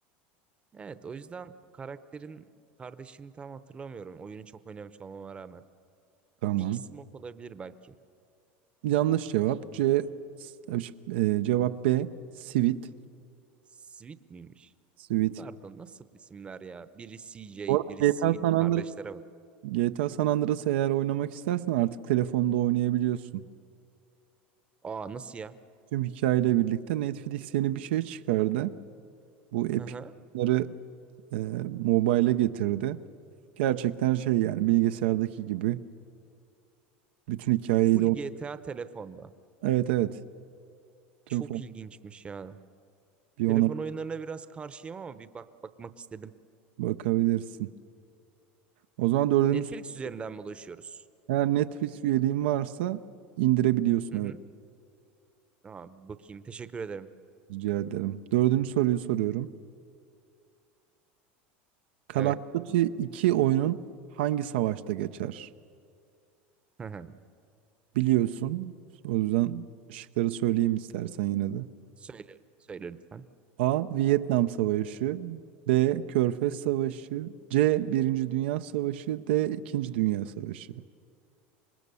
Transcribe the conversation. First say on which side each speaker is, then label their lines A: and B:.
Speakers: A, on the right; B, on the right.
A: Evet, o yüzden karakterin kardeşini tam hatırlamıyorum. Oyunu çok oynamış olmama rağmen.
B: Tamam.
A: Big Smoke olabilir belki.
B: Yanlış cevap C. s- e, cevap B. Sivit.
A: Sweet miymiş?
B: Sivit.
A: Bunlar da nasıl isimler ya? Biri C J,
B: Bu arada
A: biri
B: GTA
A: Sweet
B: San Andreas,
A: kardeşlere bak.
B: GTA San Andreas'ı eğer oynamak istersen artık telefonda oynayabiliyorsun.
A: Aa nasıl ya?
B: Tüm hikayeyle birlikte Netflix yeni bir şey çıkardı. Bu Epic
A: Hı hı.
B: Game'ları e, mobile'e getirdi. Gerçekten şey yani bilgisayardaki gibi bütün hikayeyi
A: Full
B: de...
A: GTA telefonda.
B: Evet evet. Tüm
A: Çok
B: fon-
A: ilginçmiş ya.
B: bir ona
A: Telefon oyunlarına biraz karşıyım ama bir bak bakmak istedim.
B: Bakabilirsin. O zaman dördüncü
A: Netflix
B: soru.
A: üzerinden mi ulaşıyoruz?
B: Eğer Netflix üyeliğin varsa indirebiliyorsun
A: Hı
B: evet.
A: hı. Aa, bir bakayım. Teşekkür ederim.
B: Rica ederim. Dördüncü soruyu soruyorum. Call
A: Evet.
B: of Duty 2 oyunun hangi savaşta geçer?
A: Hı hı.
B: Biliyorsun. O yüzden şıkları söyleyeyim istersen yine de.
A: Söyle, söyle lütfen.
B: A. Vietnam Savaşı B. Körfez Savaşı C. Birinci Dünya Savaşı D. İkinci Dünya Savaşı.